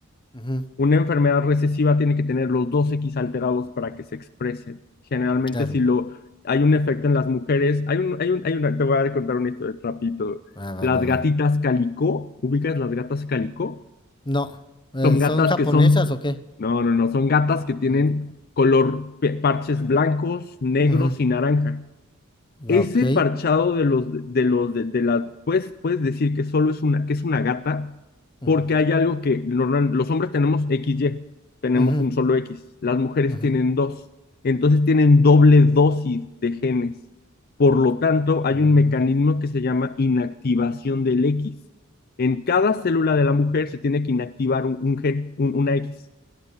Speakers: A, on the left; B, on the left.
A: ujú,
B: Una enfermedad recesiva tiene que tener los dos X alterados para que se exprese. Generalmente,
A: claro.
B: si lo, hay un efecto en las mujeres, hay un, hay un, hay una, te voy a contar una historia rapidito.
A: Va, va,
B: Las
A: va,
B: gatitas
A: va.
B: calico, ¿ubicas las gatas calico?
A: No, eh,
B: Son gatas
A: ¿son japonesas
B: que son,
A: o qué?
B: no, no, no, son gatas que tienen
A: Mm,
B: color parches blancos, negros
A: ujú,
B: y naranja. Ese
A: Ok.
B: parchado de los, de los, de, de la, puedes, puedes decir que solo es una, que es una gata,
A: ujú,
B: porque hay algo que normal- los hombres tenemos equis Y tenemos
A: ujú,
B: un solo X, las mujeres
A: ujú.
B: tienen dos, entonces tienen doble dosis de genes. Por lo tanto, hay
A: Mm,
B: un mecanismo que se llama inactivación del X. En cada célula de la mujer se tiene que inactivar un, un gen, un- una X